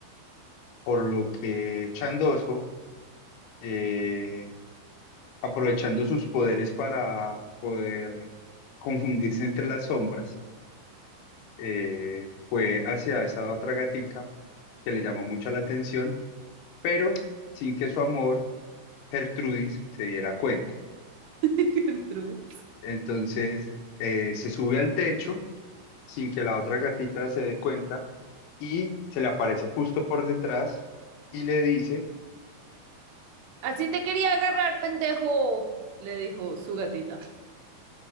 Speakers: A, on the left; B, on the right.
A: por lo que Chandoso, eh, aprovechando sus poderes para poder confundirse entre las sombras, eh, fue hacia esa otra gatica que le llamó mucho la atención, pero sin que su amor, Gertrudis, se diera cuenta.
B: <laughs> Gertrude.
A: Entonces, eh, se sube al techo sin que la otra gatita se dé cuenta y se le aparece justo por detrás y le dice
B: Así te quería agarrar, pendejo, le dijo su gatita.